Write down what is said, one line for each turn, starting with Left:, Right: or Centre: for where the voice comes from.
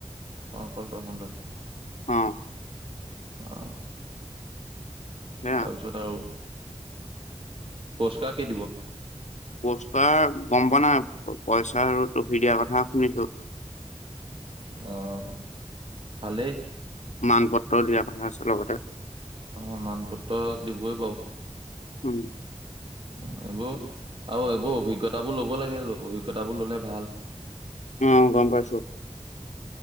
Right: অকল তহঁতৰ
Left: অঁ।
Right: আহঁ।
Left: সেয়া
Right: তাৰপিছত আৰু পচুকা কি দিব
Left: পচুতা গম পোৱা নাই পইচা আৰু ট্ৰফি দিয়াৰ কথা শুনিছো
Right: আহ ভালেই
Left: মান পত্ৰ দিয়াৰ কথা আছে লগতে
Right: অ মান পত্ৰ দিবই বাৰু
Left: উম।
Right: অ এইবোৰ
Left: উম।
Right: আ এইবোৰ অভিজ্ঞতাবোৰ ল'ব লাগে অভিজ্ঞতাবোৰ ল'লে ভাল
Left: অ গম পাইছো।